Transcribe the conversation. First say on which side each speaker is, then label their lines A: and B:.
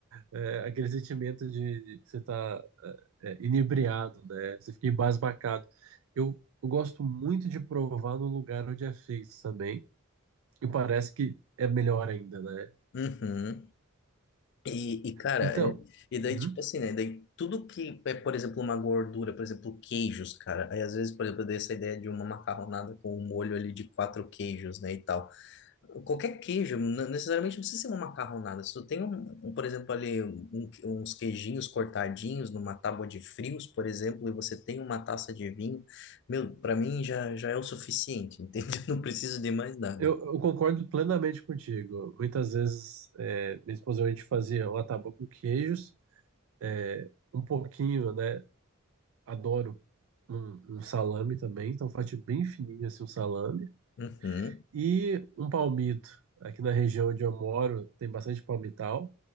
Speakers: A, on the right; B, on the left.
A: é, aquele sentimento de, de que você está é, é, inebriado, né? Você fica embasbacado. Eu, eu gosto muito de provar no lugar onde é feito também, e parece que é melhor ainda, né?
B: Uhum. E, e, cara,
A: Então,
B: é- e daí,
A: uhum,
B: tipo assim, né? Daí tudo que é, por exemplo, uma gordura, por exemplo, queijos, cara. Aí às vezes, por exemplo, eu dei essa ideia de uma macarronada com um molho ali de quatro queijos, né? E tal. Qualquer queijo, não necessariamente não precisa ser uma macarronada. Se tu tem um, um, por exemplo, ali um- um, uns queijinhos cortadinhos numa tábua de frios, por exemplo, e você tem uma taça de vinho, meu, pra mim já, já é o suficiente, <laughs> entende? Eu não preciso de mais nada.
A: eu, eu concordo plenamente contigo. Muitas vezes, é, minha esposa e eu, a gente fazia uma tábua com queijos, é, um pouquinho, né? Adoro um, um salame também, então faço bem fininho assim um salame.
B: Uhum.
A: E um palmito. Aqui na região onde eu moro tem bastante palmital.